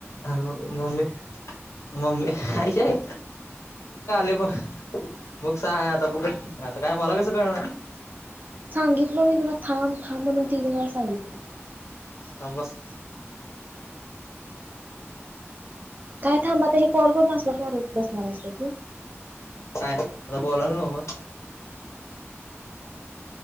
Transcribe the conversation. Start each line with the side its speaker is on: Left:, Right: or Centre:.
Left: अर म मम्मी मम्मी आईय <inaudible> मग सांग आता ब आता काय मला कसं कळणार
Right: <inaudible>
Left: थांबा
Right: काय थांबत हे कॉल करून असव बसणार असत तू
Left: काय आता बोलाल नव्ह मग